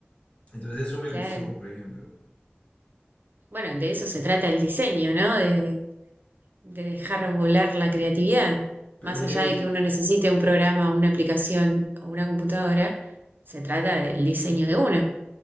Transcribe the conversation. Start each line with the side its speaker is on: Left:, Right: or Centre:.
Left: Entonces eso me
Right: Claro,
Left: gustó, por ejemplo.
Right: bueno, de eso se trata el diseño, ¿no? De, de dejar volar la creatividad,
Left: Pero
Right: más
Left: mira
Right: allá
Left: que
Right: de
Left: yo-
Right: que uno necesite un programa, una aplicación o una computadora, se trata del diseño de uno.